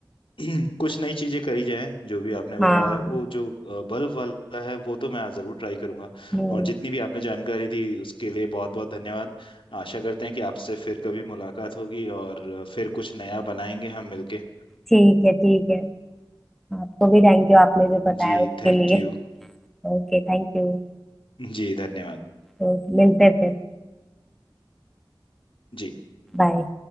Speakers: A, on the left; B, in the centre.
A: <clears throat> कुछ नई चीजें करी जाए जो भी आपने बताया
B: हाँ
A: है। वो जो अ, बल्ब वाला है वो तो मैं जरूर ट्राई करूंगा
B: हम्म,
A: और जितनी भी आपने जानकारी दी उसके लिए बहुत बहुत धन्यवाद आशा करते हैं कि आपसे फिर कभी मुलाकात होगी और फिर कुछ नया बनाएंगे हम मिलके
B: ठीक है ठीक है आपको भी थैंक यू आपने जो बताया
A: जी
B: उसके
A: थैंक
B: लिए
A: यू
B: Okay thank you
A: जी धन्यवाद
B: तो मिलते हैं फिर
A: जी
B: बाय